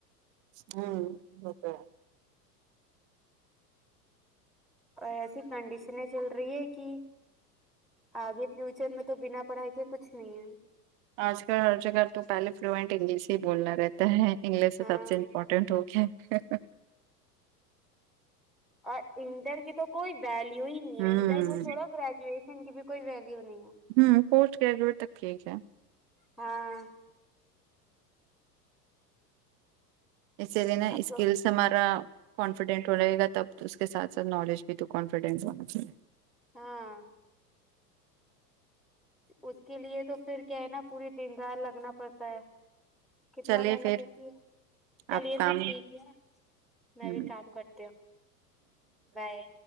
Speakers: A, on the right; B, in the centre.
A: ہوں وہ تو ہے
B: اور ایسی کنڈیشنیں چل رہی ہے کی آگے فیوچر میں تو بنا پڑھائی کے کچھ نہیں ہے
A: آج کل ہر جگہ تو پہلے فلوئینٹ انگلش ہی بولنا رہتا ہے انگلش
B: ہاں
A: سب سے امپورٹنٹ ہوگیا ہے
B: اور انٹر کی تو کوئی ویلو ہی نہیں
A: ہوں
B: ہے انٹر کو چھوڑو گرا یجوشن کی بھی کوئی ویلیو نہیں ہے
A: ہوں پوسٹ گریجویٹ تک ٹھیک ہے
B: ہاں
A: اسی لیے نا
B: اب
A: اسکلس
B: تو
A: ہمارا کانفیڈنٹ ہو رہے گا تب اس کے ساتھ ساتھ نالج ابھی تو کانفیڈنس آنا چاہیے
B: ہاں اس کے لیے تو پھر کیا ہے نا پوری دن رات لگنا پڑتا ہے کتنا
A: چلیے
B: محنت
A: پھر
B: ہوتی ہے چلیے
A: آپ کام
B: پھر ٹھیک ہی ہے میں
A: ہ
B: بھی کام کرتی ہوں بائے